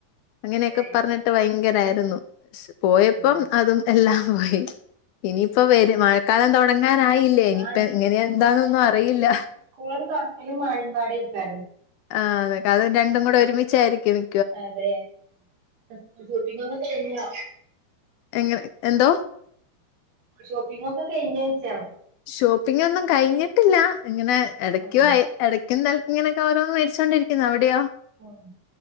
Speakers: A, on the left; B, on the right.
A: അങ്ങനെയൊക്കെ
B: അതെ
A: പറഞ്ഞിട്ട് ട്ട് ഭയങ്കരാര്ന്നു പോയപ്പം
B: ഉം ഉം
A: അതും എല്ലാം പോയി. ഇനിയിപ്പോ വരും മഴക്കാലം തൊടങ്ങാനായി എനിയിപ്പ
B: ആഹ്
A: എങ്ങനെ എന്താന്നൊന്നും അറിയില്ല.
B: സ്കൂൾ തൊറക്കലും മഴേമ്പാടെ ആയ്ക്കാരം
A: ആഹ് അതെ കത് രണ്ടും കൂടെ ഒരുമിച്ചാരിക്കും മി
B: അതെ സ്കൂൾ ഷോപ്പിംഗ് ഒക്കെ കഴ്ഞൊ?
A: എങ്ങ എന്തോ?
B: ഷോപ്പിംങ്ങോക്കെ കഴ്ഞ്ഞോ ചോയ്ച്ചാ?
A: ഷോപ്പിംഗ് ഒന്നും കൈഞ്ട്ട്ല്ല ഇങ്ങനെ എടയ്ക്ക്
B: ആഹ്
A: വായി ഇടക്കും തലക്കും ഇങ്ങനൊക്കെ ഓരോന്ന് മേടിചോണ്ടിരിക്ക്ന്നു അവിടെയോ?
B: ഉം